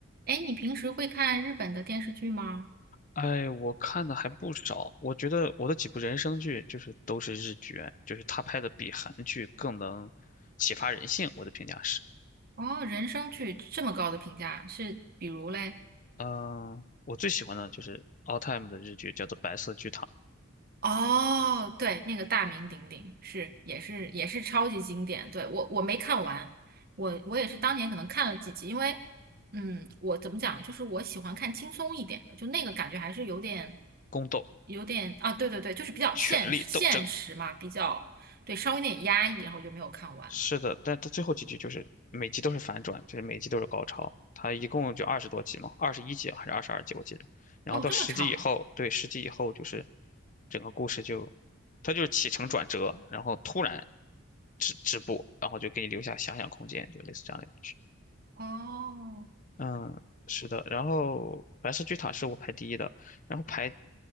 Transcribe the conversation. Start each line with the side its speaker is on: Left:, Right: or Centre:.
Right: 哎，你平时会看日本的电视剧吗？
Left: 哎，我看的还不少，我觉得我的几部人生剧就是都是日剧，就是他拍的比韩剧更能启发人性，我的评价是。
Right: 哦，人生剧这么高的评价，是比如嘞？
Left: 嗯、我最喜欢的就是 all time 的日剧，叫做《白色巨塔》、
Right: 哦，对，那个大名鼎鼎，是也是也是超级经典。对，我我没看完，我我也是当年可能看了几集，因为嗯，我怎么讲，就是我喜欢看轻松一点的，就那个感觉还是有点
Left: 宫斗、
Right: 有点啊，对对对，就是比较现实现实嘛，
Left: 权力斗争。
Right: 比较对，稍微有点压抑，然后就没有看完。
Left: 是的，但它最后几集就是每集都是反转，就是每集都是高潮。它一共就二十多集嘛，二十一集啊还是二十二集我记得。然后到十集以后，
Right: 哦，这么长
Left: 对，十集以后就是整个故事就，它就是起承转折，然后突然止止步，然后就给你留下遐想空间，就类似这样的一部剧。
Right: 哦。
Left: 嗯，是的。然后白色巨塔是我排第一的，然后排